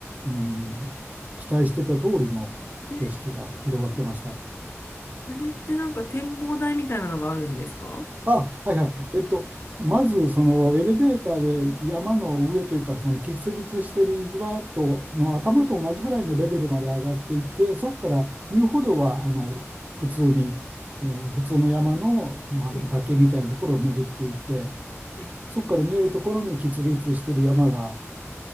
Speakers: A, on the right; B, on the left.
A: うん、期待してた通りの景色が広がってました。
B: えー、あれってなんか展望台みたいなのがあるんですかは
A: あ、はいはい。えっと、まず、そのエレベーターで山の上というか、その喫立している岩との頭と同じぐらいのレベルまで上がっていって、
B: い
A: そこから遊歩道はあの普通に、えー普通の山の、まあ、
B: はい
A: 崖みたいなところを巡っていって、
B: はい
A: そこから見えるところに喫立している山が